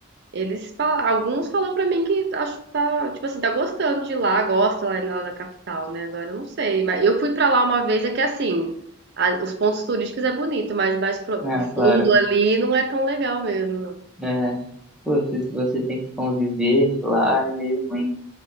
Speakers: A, on the right (about 50°); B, in the centre.
A: eles fala- alguns falaram pra mim que acho tá, tipo assim, tá gostando de lá, gosta lá, lá da capital, né? Agora eu não sei, mas eu fui pra lá uma vez, é que assim, a- os pontos turísticos é bonito, mas mais pro,
B: ah,
A: pro
B: claro.
A: fundo ali não é tão legal mesmo,
B: É, pô, se se você tem que conviver lá, é meio ruim.